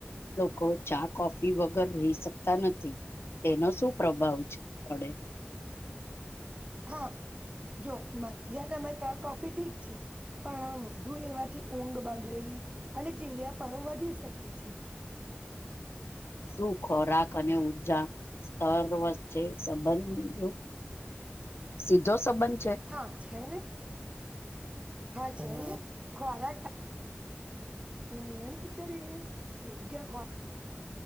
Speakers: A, on the left (about 75°); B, on the right (about 30°).
A: કો ચા-કોફી વગર રહી શકતાં નથી તેનો શું પ્રભાવ છે, પડે?
B: હા જો મધ્યતામે ચા, કોફી ઠીક છે પણ વધુ લેવાથી ઊંઘ બગડે અને ચીડિયાપણું વધી શકે છે.
A: શું ખોરાક અને ઉર્જા સ્તર્વચ્ચે સંબંધ સીધો સંબંધ છે?
B: હા છે ને <unintelligible> ખોરાક તે નિયંત કરે <unintelligible> યોગ્ય ખોરા